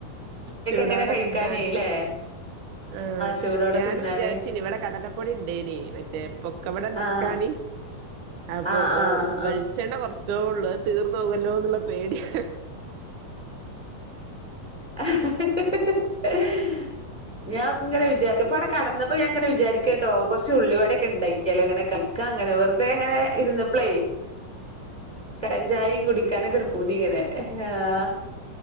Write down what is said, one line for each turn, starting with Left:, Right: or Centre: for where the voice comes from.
Right: ചൂടോടെ
Centre: ഇങ്ങനെ കഴിക്കാനേ
Right: തിന്നാന്.
Centre: ല്ലേ
Right: ആഹ്
Centre: ചൂടോടെ
Right: ഞാനു
Centre: തിന്നാന്
Right: വിചാര്ച് ഇവടെ കടലപ്പൊടി ഇണ്ടേ നീ മറ്റേ പൊക്കെവട ഇണ്ടാക്കാന്
Centre: ആഹ്
Right: അപ്പൊ
Centre: ആഹ് ആഹ്
Right: ഓ വെ കൊർച്ചോള്ളൂ തീർന്നോ വല്ലോന്നുള്ള പേട്യാ
Centre: ആഹ്
Right: <inaudible>
Centre: ഞാൻ ഇങ്ങനെ വിചാരിക്ക ഇപ്പ അവടെ കടന്നപ്പോ ഞാനിങ്ങനെ വിചാരിക്കട്ടോ കൊർച്ച് ഉുള്ളിവടയൊക്കെ ടൊക്കെ ഇണ്ടാക്ക്യാലോങ്ങനെ. കഴിക്കാം ഇങ്ങനെ വെർതെ ഇങ്ങനെ ഇര്ന്നപ്ലേ കടചായിം കുടിക്കാനൊക്കെ ഒരു പൂതി ഇങ്ങനെ ആഹ്.